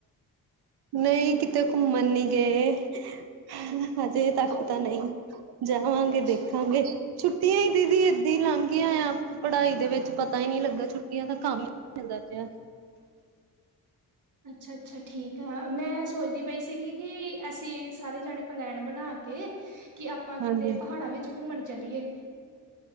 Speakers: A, on the right (about 80°); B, on the right (about 50°).
A: ਨਹੀਂ ਕਿਤੇ ਘੁੰਮਣ ਨਹੀਂ ਗਏ, ਹਜੇ ਤੱਕ ਤਾਂ ਪਤਾ ਨਹੀਂ। ਜਾਵਾਂਗੇ
B: ਅੱਛਾ
A: ਦੇਖਾਂਗੇ, ਛੁੱਟੀਆਂ ਹੀ ਦੀਦੀ ਏਦਾਂ ਹੀ ਲੰਗ ਗਈਆਂ ਆ। ਪੜਾਈ ਦੇ ਵਿੱਚ ਪਤਾ ਹੀ ਨਹੀਂ ਲੱਗਾ ਛੁੱਟੀਆਂ ਦਾ ਕੰਮ ਹੀ ਮਿਲਦਾ ਪਿਆ।
B: ਅੱਛਾ- ਅੱਛਾ ਠੀਕ ਹਾ, ਮੈਂ ਆ ਸੋਚਦੀ- ਪਈ ਸੀਗੀ ਕਿ, ਅਸੀਂ ਸਾਰੇ ਜਾਣੇ ਪਲੈਨ ਬਣਾ ਕੇ ਕਿ ਆਪਾਂ
A: ਹਾਂਜੀ
B: ਕਿਤੇ ਪਹਾੜਾਂ ਵਿੱਚ ਘੁੰਮਣ ਚਲੀਏ।